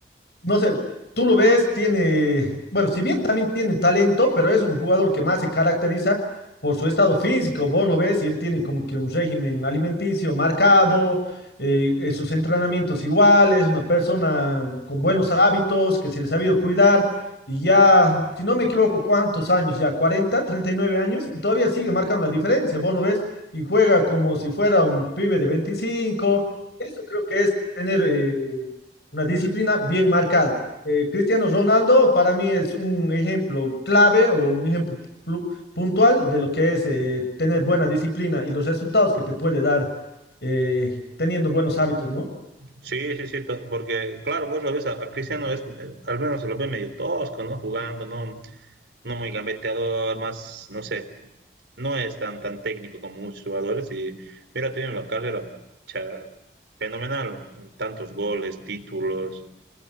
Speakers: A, on the left; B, on the right.
A: No sé, tú lo ves, tiene, bueno, si bien también tiene talento, pero es un jugador que más se caracteriza por su estado físico. Vos lo ves y él tiene como que un régimen alimenticio marcado, eh, eh, sus entrenamientos igual, es una persona con buenos hábitos, que se le ha sabido cuidar y ya, si no me equivoco, ¿cuántos años ya? cuarenta treinta y nueve años y todavía sigue marcando la diferencia. Vos lo ves y juega como si fuera un pibe de veinticinco Eso creo que es tener... eh, una disciplina bien marcada. Eh, Cristiano Ronaldo para mí es un ejemplo clave o un ejemplo plu- puntual de lo que es eh, tener buena disciplina y los resultados que te puede dar eh, teniendo buenos hábitos, ¿no?
B: Sí, sí, sí, porque claro, vos lo ves a, a Cristiano, es, al menos se lo ve medio tosco, ¿no? Jugando, ¿no? no muy gambeteador, más, no sé, no es tan, tan técnico como muchos jugadores y mira, tiene una carrera cha, fenomenal, tantos goles, títulos